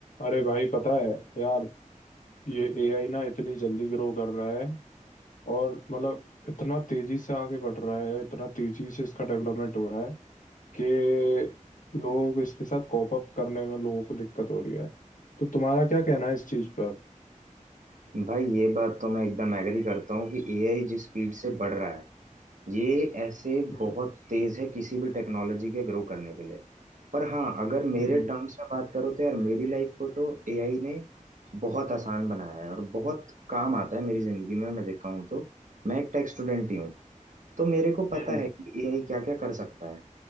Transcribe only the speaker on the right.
भाई ये बात तो मैं एकदम एग्री करता हूँ कि एआई जिस स्पीड से बढ़ रहा है ये ऐसे
बहुत तेज है किसी भी टेक्नोलॉजी के ग्रो करने के लिए पर हाँ अगर मेरे
टर्म्स में बात करो तो यार मेरी लाइफ को तो एआई ने बहुत आसान बनाया है और बहुत काम आता है मेरी जिंदगी में मैं देखा हूँ तो मैं एक टेक स्टूडेंट ही हूँ तो मेरे को
पता है कि एआई क्या क्या कर सकता है